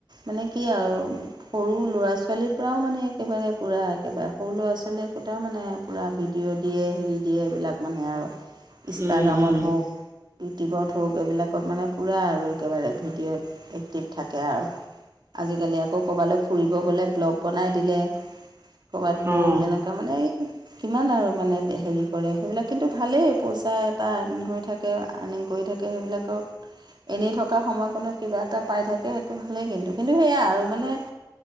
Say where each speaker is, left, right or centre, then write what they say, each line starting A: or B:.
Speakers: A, on the right; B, on the right.
A: মানে কি আৰু <unintelligible> সৰু ল'ৰা-ছোৱালীৰ পৰাও মানে একেবাৰে পুৰা একেবাৰে সৰু ল'ৰা-ছোৱালী একোটা মানে <inaudible> পুৰা ভিডিঅ' দিয়ে, হেৰি দিয়ে এইবিলাক মানে আৰু ইনষ্টাগ্ৰামত
B: উম, উম।
A: হওক <unintelligible> ইউটিউবত হওক এইবিলাকত মানে পুৰা আৰু একেবাৰে ভিডিঅ'ত এক্টিভ থাকে আৰু। <inaudible> আজিকালি আকৌ ক'ৰবালৈ ফুৰিব গ'লে ব্লগ বনাই দিলে। <unintelligible> ক'ৰবাত গ'ল
B: অঁ,
A: এনেকুৱা মানে এই। <inaudible> কিমান আৰু মানে হেৰি কৰে সেইবিলাক কিন্তু ভালেই পইচা এটা আৰ্ণিং হৈ থাকে। <inaudible> আৰ্ণিং কৰি থাকে সেইবিলাকক <inaudible> এনেই থকা সময়কণত কিবা এটা পাই থাকে সেইটো ভালেই কিন্তু। কিন্তু সেয়া আৰু মানে <inaudible>